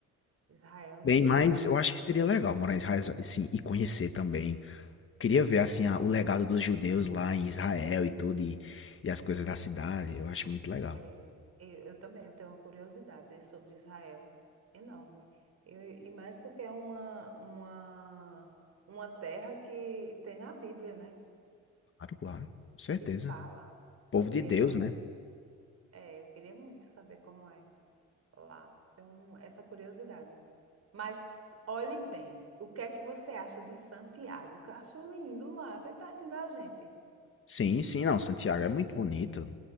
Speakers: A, on the right (about 55°); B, on the left (about 45°).
A: Israel não
B: Bem,
A: tinha
B: mas
A: coragem.
B: eu acho que seria legal morar em Israel, assim, e conhecer também. Queria ver, assim, a- o legado dos judeus lá em Israel e tudo, e, e as coisas da cidade. Eu acho muito legal.
A: É, eu, eu também, eu tenho uma curiosidade sobre Israel enorme. Eu- e mais porque é uma, uma, uma terra que tem na Bíblia, né?
B: Claro, claro. Com certeza.
A: E fala sobre
B: Povo de Deus,
A: ela.
B: né?
A: É, eu queria muito saber como é lá. Então, essa curiosidade. Mas olhe bem, o que é que você acha de Santiago? Que eu acho lindo lá, bem pertinho da gente.
B: Sim, sim, não. Santiago é muito bonito.